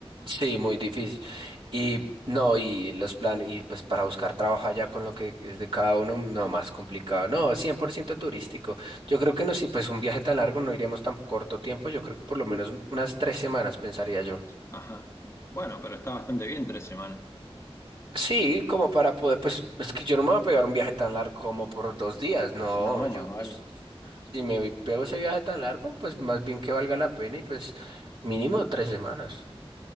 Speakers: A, on the right (about 55°); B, on the left (about 25°).
A: sí, muy difícil. Y no, y los planes, y pues para buscar trabajo allá con lo que es de cada uno, no, más complicado. No, 100% turístico. Yo creo que no, si pues un viaje tan largo no iríamos tan corto tiempo, yo creo que por lo menos unas tres semanas, pensaría yo.
B: Ajá. Bueno, pero está bastante bien tres semanas.
A: Sí, como para poder, pues es que yo no me voy a pegar un viaje tan largo como por dos días, no,
B: No,
A: yo
B: más vale.
A: pues si me pego ese viaje tan largo, pues más bien que valga la pena y pues mínimo tres semanas.